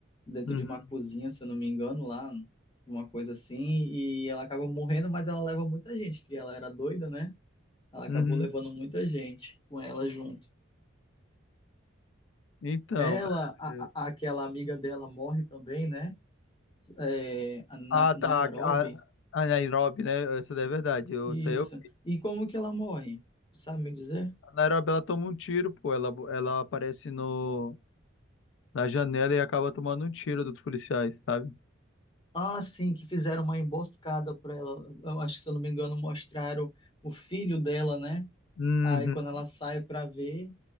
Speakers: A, on the left (about 25°); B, on the left (about 70°).
A: dentro
B: Uhum.
A: de uma cozinha, se eu não me engano, lá, uma coisa assim, e ela acaba morrendo, mas ela leva muita gente, que ela era doida, né? Ela acabou
B: Uhum.
A: levando muita gente com ela junto.
B: Então,
A: Ela, a,
B: é,
A: a- aquela amiga dela morre também, né? É, na,
B: ah,
A: Nairobi.
B: tá. A, a Nairobi, né? Essa daí é verdade. Eu
A: Isso.
B: sei. Eu,
A: E como que ela morre? Sabe me dizer?
B: a Nairobi, ela toma um tiro, pô. Ela, ela aparece no, na janela e acaba tomando um tiro dos policiais, sabe?
A: Ah, sim, que fizeram uma emboscada para ela. Eu acho que, se eu não me engano, mostraram o filho dela, né?
B: Uhum.
A: Aí quando ela sai para ver,